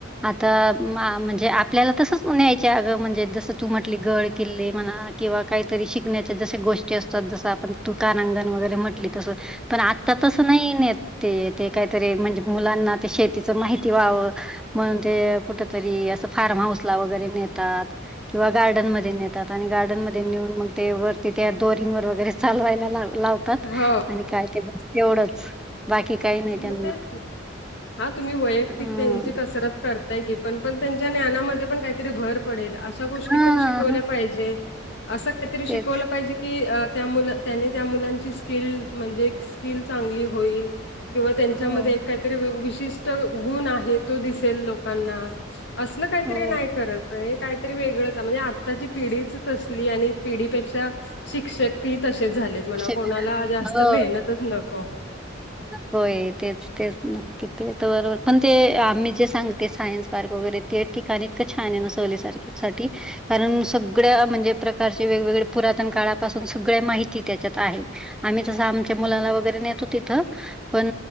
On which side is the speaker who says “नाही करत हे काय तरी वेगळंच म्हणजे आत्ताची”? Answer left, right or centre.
Left